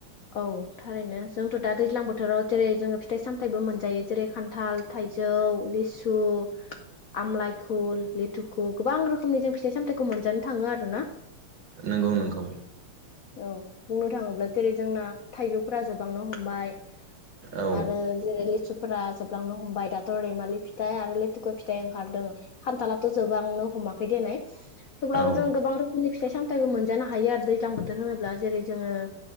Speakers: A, on the left (about 80°); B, on the right (about 55°).
A: औ थारैनो जोंथ दा दैज्लां बोथोराव जेरै जोङो फिथाइ सामथायाइबो मोनजायो जेरै खान्थाल थाइजौ लिसु आमलाइ खुल लेथुखु गोबां रोखोमनि जों फिथाइ सामथायाइखौ मोनजानो थाङो आरो ना।
B: नंगौ नोंथां
A: औ बुंनो थाङोब्ला जेरै जोंना थाइजौफोरा जोबहांनो हमबाय।
B: औ
A: आरो जेरै लिथुफोरा जोबलांनो हमबाय दाथ रैमालि फिथाइ आरो लिथुखौ फिथ फिथाइ ओंखारदों खान्थालाथ जोबबो आांनो हमाखै देनाय थेवब्लाबो
B: औ
A: जों गोबां रोखोमनि फिथ सामथाय मोनजानो हायो आरो दैज्लां बोथोर होनोब्ला जेरै जोङो